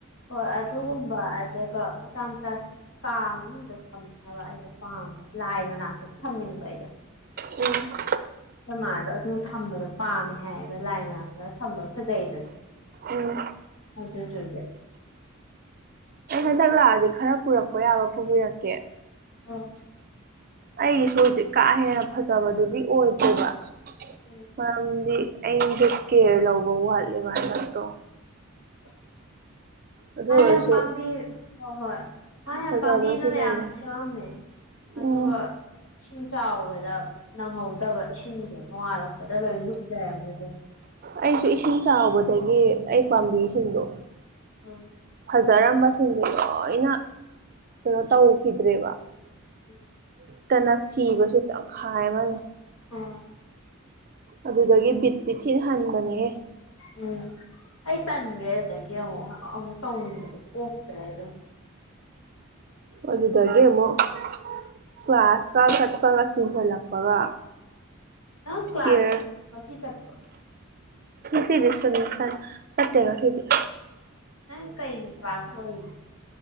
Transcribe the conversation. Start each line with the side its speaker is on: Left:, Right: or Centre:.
Left: ꯍꯣꯏ ꯑꯗꯨꯒꯨꯝꯕ ꯑꯗꯨꯒ ꯃꯆꯥ ꯃꯆꯥꯁꯤꯡ ꯀꯥ ꯃꯅꯨꯡꯗ ꯊꯝꯅꯕ ꯑꯩꯩꯅ ꯄꯥꯝꯃꯦ ꯂꯥꯏ ꯃꯅꯥꯛꯇ ꯊꯝꯅꯤꯡꯕ ꯑꯩꯗꯣ
Right: ꯎꯝ
Left: ꯁꯃꯥꯗꯣ ꯑꯗꯨꯝ ꯊꯝꯕꯗꯣ ꯄꯥꯝꯃꯦ ꯍꯥꯏꯌꯦꯕ ꯂꯥꯏ ꯃꯅꯥ ꯈꯔ ꯊꯝꯕ ꯐꯖꯩꯗꯅ
Right: ꯎꯝ
Left: ꯑꯗꯨꯗ
Right: ꯑꯩ ꯍꯟꯗꯛ ꯂꯥꯛꯑꯗꯤ ꯈꯔ ꯄꯨꯔꯛꯄ ꯌꯥꯕ ꯄꯨꯕꯤꯔꯛꯀꯦ
Left: ꯑ
Right: ꯑꯩꯒꯤꯁꯨ ꯍꯧꯖꯤꯛ ꯀꯥ ꯍꯦꯟꯅ ꯐꯖꯕꯗꯨꯗꯤ ꯑꯣꯏꯗꯦꯕ
Left: ꯍꯣꯏ
Right: ꯃꯔꯝꯗꯤ ꯑꯩꯗ ꯀꯦꯌꯔ ꯂꯧꯕ ꯋꯥꯠꯂꯦꯕ ꯍꯟꯗꯛꯇꯣ
Left: <unintelligible>
Right: ꯑꯗꯨ ꯑꯣꯏꯔꯁꯨ
Left: ꯄꯥꯝꯕꯤ ꯍꯣꯏ ꯍꯣꯏ ꯍ
Right: ꯐꯖꯕꯗꯤ
Left: ꯄꯥꯝꯕꯤꯗꯝ
Right: ꯂꯩꯕꯅꯤ
Left: ꯌꯥꯝ ꯁꯦꯋꯥꯝꯃꯦ ꯑꯗꯨꯒ
Right: ꯎꯝ
Left: ꯁꯤꯡꯁꯤꯡ ꯆꯥꯎꯕꯗ ꯅꯪꯍꯧꯗꯕ ꯏꯁꯤꯡꯗꯣ ꯅꯣꯡꯉꯥꯜꯂꯛꯄꯗ ꯂꯣꯏ ꯂꯨꯞ ꯂꯩꯔꯝꯃꯦꯗ
Right: ꯑꯩꯁꯨ ꯏꯁꯤꯡ ꯆꯥꯎꯕꯗꯒꯤ ꯑꯩ ꯄꯥꯝꯕꯤꯁꯤꯡꯗꯣ
Left: ꯎꯝ
Right: ꯐꯖꯔꯝꯕꯁꯤꯡꯗꯣ ꯂꯣꯏꯅ ꯀꯩꯅꯣ ꯇꯧꯈꯤꯗ꯭ꯔꯦꯕ
Left: ꯎꯝ
Right: ꯇꯅ ꯁꯤꯕꯁꯨ ꯇꯪꯈꯥꯏ ꯑꯃꯅꯤ
Left: ꯑꯣ
Right: ꯑꯗꯨꯗꯒꯤ ꯕꯤꯠ ꯇꯤꯊꯤꯤꯟ ꯍꯟꯕꯅꯦꯍ
Left: ꯎꯝ ꯑꯩ ꯇꯥꯟ꯭ꯔꯦ ꯑꯗꯨꯗꯒꯤꯦ ꯇꯧꯅꯤꯡꯗ ꯍꯇ꯭ꯔꯦ ꯑꯗꯨꯗ
Right: ꯑꯗꯨꯗꯨꯗꯒꯦꯃꯣ ꯀ꯭ꯂ ꯀ꯭ꯂꯥꯁ ꯀꯥꯜ ꯀꯠꯄꯒ ꯆꯤꯡꯁꯤꯜꯂꯛꯄꯒ
Left: ꯅꯪ ꯀ꯭ꯂꯥꯁ
Right: ꯀꯦꯌꯔ
Left: ꯉꯁꯤ ꯆꯠꯄ꯭ꯔꯣ
Right: ꯁꯤꯗ ꯁꯅꯤ ꯆꯠꯇꯦ ꯁꯤꯗ
Left: ꯑ ꯀꯩ ꯇ꯭ꯔꯥꯥꯁ ꯑꯣꯏ